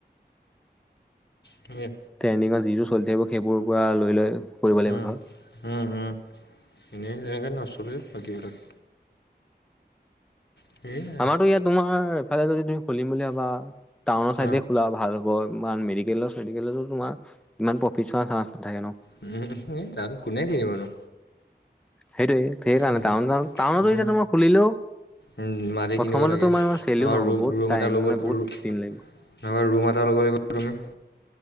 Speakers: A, on the left; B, in the centre.
A: সেয়ে',
B: ট্ৰেণ্ডিঙক যিজোৰ চলি থাকিব সেইবোৰৰ পৰা লৈ লৈ', কৰিব লাগিব
A: উম',
B: ধৰ।
A: উম', - উম', এনেই এনেকে নচলেও বাকী বিলাক', সেয়াই আৰু অ',
B: আমাৰতো ইয়াত তোমাৰ এফালে যদি তুমি খুলিম বুলি ভাবা, টাউনৰ চাইডে
A: অ',
B: খোলা ভাল বৰ মান মেডিকেলত - চেডিকেলতো তোমাৰ ইমান প্ৰফিট চোৱা চান্স নাথাকে ন।
A: উম উম, তাত কোনে কিনিবনো?
B: সেইটোৱে সেইকাৰণে
A: উম,
B: টাউন -চাউন, টাউনতো
A: উম,
B: এতিয়া তোমাৰ খুলিলেও',
A: উম', মাটি
B: প্ৰথমতে
A: কিনিব লাগে,
B: তোমাৰ ইমান চেলো
A: তোমাৰ
B: নহ'ব
A: ৰুম
B: বহুত
A: - ৰুম
B: টাইম
A: এটা ল'ব
B: মানে বহুত
A: ৰু',
B: দিন
A: তেনেকুৱা
B: লাগিব।
A: ৰুমও এটা ল'ব লাগিব', তুমি